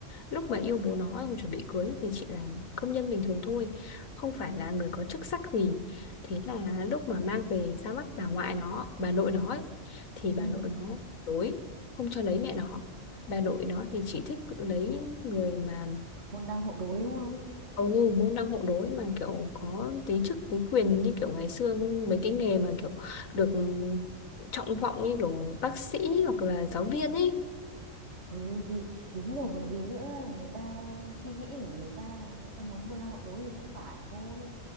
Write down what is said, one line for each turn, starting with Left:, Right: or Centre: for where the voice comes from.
Left: lúc mà yêu bố nó xong chuẩn bị cưới thì chỉ là công nhân bình thường thôi Không phải là người có chức sắc gì Thế là lúc mà mang về ra mắt bà ngoại nó, bà nội nó ấy, Thì bà
Right: Ừ,
Left: nội nó đối, không cho lấy mẹ nó Bà nội nó thì chỉ thích lấy người mà
Right: môn đăng hộ đối đúng không?
Left: Ồ, môn đăng hộ đối mà kiểu có tí chức tí quyền như kiểu ngày xưa mấy cái nghề mà kiểu được trọng vọng như kiểu bác sĩ hoặc là giáo viên ấy.
Right: Ừ thì đúng rồi còn gì nữa người ta suy nghĩ của người ta người ta muốn buôn năng hộ đối thì cũng phải thôi